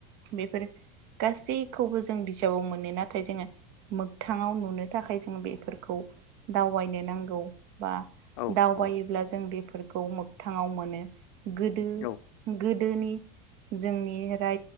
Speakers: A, on the right; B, on the left.
A: बेफोर गासैखौबो जों बिजाबाव मोनो नाथाय जोङो मोगथाङाव नुनो। थाखाय जों बेफोरखौ दावबायनो नांगौ बा
B: औ
A: दावबायोब्ला
B: औ
A: जों बेफोरखौ मोगथाङाव मोनो गोदो
B: औ
A: गोदोनि जोंनि र